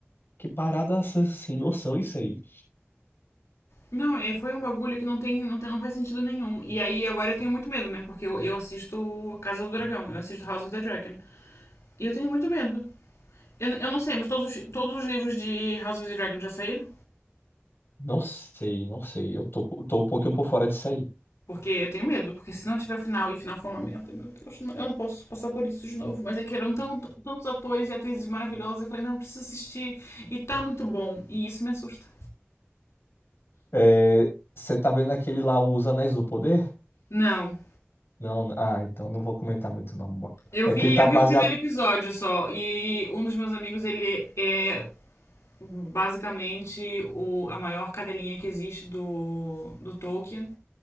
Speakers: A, on the left (about 55°); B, on the left (about 85°).
A: Que parada sem sem noção isso aí.
B: Não, é, foi um bagulho que não tem, não tem, não faz sentido nenhum. E aí agora eu tenho muito medo, né? Porque eu, eu assisto Casa do Dragão, eu assisto House of the Dragon. E eu tenho muito medo. Eu, eu não sei, mas todos os, todos os livros de House of the Dragon já saíram?
A: Não sei, não sei. Eu tô, tô um pouquinho por fora disso aí.
B: Porque eu tenho medo, porque se não tiver final e final for uma merda, meu Deus, eu não posso passar por isso de novo. Mas é que eram tão- tantos atores e atrizes maravilhosos, eu falei, não, eu preciso assistir. E tá muito bom. E isso me assusta.
A: É, você tá vendo aquele lá, o Os Anéis do Poder?
B: Não.
A: Não, ah, então não vou comentar muito não.
B: Eu
A: É
B: vi,
A: que ele tá
B: eu
A: baseado.
B: vi o primeiro episódio só, e um dos meus amigos, ele é basicamente o, a maior cadelinha que existe do, do Tolkien.